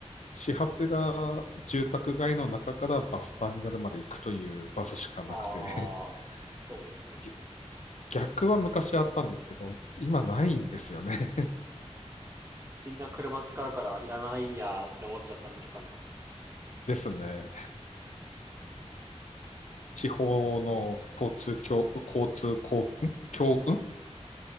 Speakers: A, on the left; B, on the right.
A: 始発が住宅街の中からバスターミナルまで行くというバスしかなくて、
B: ああ。そうですね。
A: <laughs> ぎ逆は昔あったんですけど、今ないんですよね。
B: みんな車使うからいらないやーって思っちゃったんですかね。
A: <laughs> ですね。地方の交通共、交通公、ん共、ん